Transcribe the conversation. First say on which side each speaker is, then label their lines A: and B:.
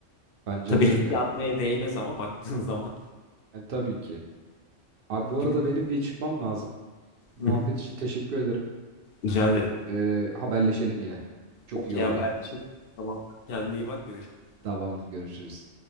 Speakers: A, on the right; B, on the left.
A: Bence
B: Tabii
A: de öyle.
B: riske atmaya değmez ama baktığın zaman.
A: Yani tabii ki. Abi bu arada
B: <laughs> Gibi-
A: benim bir çıkmam lazım. Muhabbet
B: Hı hı.
A: için teşekkür ederim.
B: Rica ederim.
A: Ee, haberleşelim yine. Çok
B: Okey
A: iyi oldu.
B: haberleşelim. Tamam. Kendine iyi bak görüşürüz.
A: <laughs> Tamamdır görüşürüz.